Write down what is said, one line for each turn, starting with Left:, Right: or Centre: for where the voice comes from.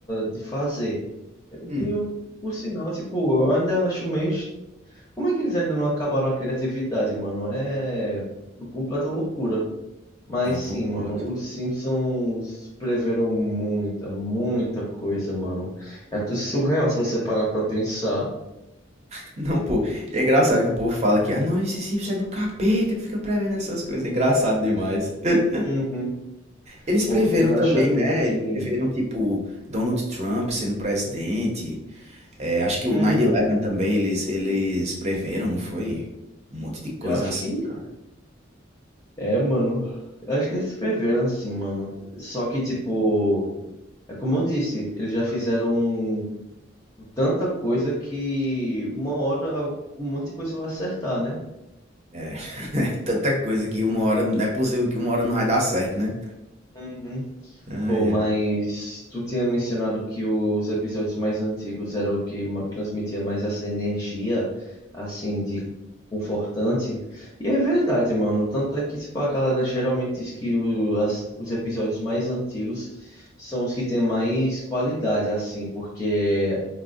Left: de fazer. E
Right: Hum,
Left: eu, por sinal, tipo, eu ainda acho meio. est- Como é que eles ainda não acabaram a criatividade, mano? É é completa loucura. Mas
Right: ah, eu
Left: sim,
Right: concordo.
Left: mano, os Simpsons preveram muita, muita coisa, mano. É até surreal se você parar pra pensar.
Right: <laughs> Não, pô. E é engraçado que o povo fala que, ah, não, esse Simpsons é do capeta que fica prevendo essas coisas. É engraçado demais. <laughs>
Left: Uhum. O
Right: Eles preveram
Left: povo tenta
Right: também,
Left: achar
Right: né?
Left: coisa
Right: Eles
Left: que.
Right: preveram, tipo, Donald Trump sendo presidente. É, acho que o
Left: Uhum.
Right: 9-11 também eles, eles preveram, não foi? Um monte de coisa
Left: Eu acho
Right: assim,
Left: que.
Right: cara.
Left: É, mano. Eu acho que eles preveram sim, mano. Só que, tipo. É como eu disse, eles já fizeram tanta coisa que uma hora um monte de coisa vai acertar, né?
Right: É, <laughs> tanta coisa que uma hora, não é possível que uma hora não vai dar certo, né?
Left: Uhum.
Right: Ai,
Left: Pô, mas
Right: ai,
Left: tu tinha mencionado que os episódios mais antigos eram o que ma- transmitia mais essa energia, assim, de confortante. E é verdade, mano. Tanto é que, tipo, a galera geralmente diz que o- as- os episódios mais antigos são os que têm mais qualidade, assim, porque